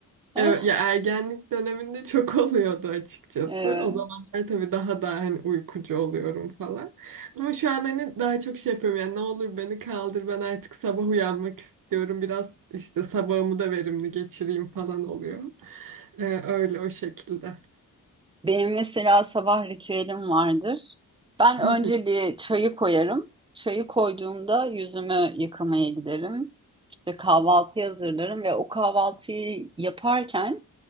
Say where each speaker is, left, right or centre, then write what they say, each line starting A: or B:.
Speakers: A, on the right; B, on the right.
A: <laughs>
B: Evet, ya ergenlik döneminde çok <laughs> oluyordu açıkçası.
A: Evet.
B: O zamanlar tabii daha da hani uykucu oluyorum falan. Ama şu an hani daha çok şey yapıyorum yani ne olur beni kaldır ben artık sabah uyanmak istiyorum. Biraz işte sabahımı da verimli geçireyim falan oluyor. Ee, öyle o şekilde.
A: Benim mesela sabah ritüelim vardır. Ben
B: <laughs>
A: önce bir çayı koyarım. Çayı koyduğumda yüzümü yıkamaya giderim. İşte kahvaltıyı hazırlarım ve o kahvaltıyı yaparken